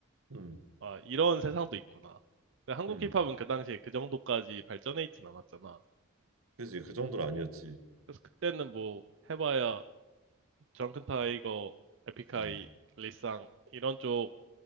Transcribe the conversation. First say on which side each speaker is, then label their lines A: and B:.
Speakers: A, on the right; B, on the right.
A: 응,
B: 아, 이런 세상도 있구나. 근데 한국
A: 응.
B: 힙합은 그 당시에 그 정도까지 발전해 있진 않았잖아.
A: 그지 그 정도는 아니었지.
B: 그래서 그때는 뭐 해봐야 드렁큰 타이거, 에픽하이,
A: 응,
B: 리쌍 이런 쪽